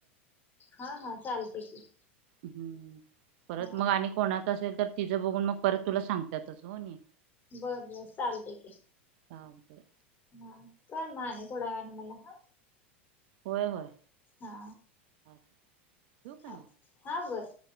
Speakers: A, on the left; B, on the right.
A: हा हा चालते की
B: हम्म परत
A: हा
B: मग आणि कोणात असेल तर तिज बघून मग परत तुला सांगतातच होन्य
A: बर बर चालते की
B: हाव ते
A: हा कर माणे थोड्या वेळाने मला ह
B: होय होय
A: हा
B: चालतंय. ठेवू काय
A: ह
B: मग
A: हा बस.